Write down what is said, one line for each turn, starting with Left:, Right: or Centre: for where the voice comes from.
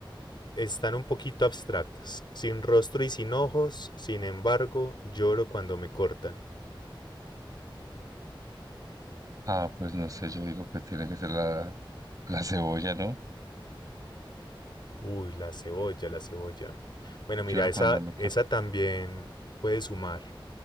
Left: Están un poquito abstractas. Sin rostro y sin ojos, sin embargo, lloro cuando me cortan.
Right: Ah, pues no sé, yo digo que tiene que ser la, la cebolla, ¿no?
Left: Uy, la cebolla, la cebolla. Bueno, mira,
Right: Lloro
Left: esa,
Right: cuando me corto.
Left: esa también puede sumar,